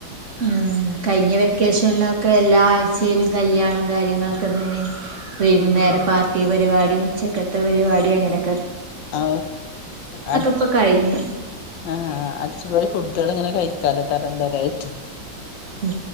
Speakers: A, on the right; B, on the left.
A: ഉം കഴിഞ്ഞ വെക്കേഷനിലേക്ക് എല്ലാ ആഴ്ചയിലും കല്യാണം കാര്യങ്ങളൊക്കെ ര്ന്നേന് വൈകുന്നേരം
B: ഉം
A: പാർട്ടി പരിപാടി ഉച്ചകത്തെ പരിപാടി അങ്ങനെ
B: അ ആ
A: ഇപ്പോൾ കഴിഞ്ഞ്
B: അടിച്ചുപൊളി ഫുഡ്കള് ഇങ്ങനെ കഴിക്കാലോ തരംതരായിട്ട്
A: ഉം